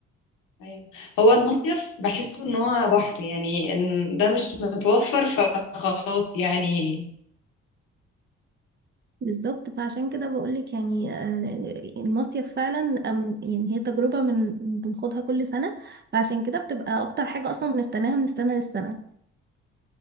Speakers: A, on the left; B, on the right.
A: أيوه هو المصيف بحسه إن هو بحر يعني إن ده مش متوفر فخلاص يعني
B: بالظبط فعشان كده بقولك يعني آه، المصيف فعلا آم، يعني هي تجربة من بنخوضها كل سنة فعشان كده بتبقى أكتر حاجة أصلا بنستناها من السنة للسنة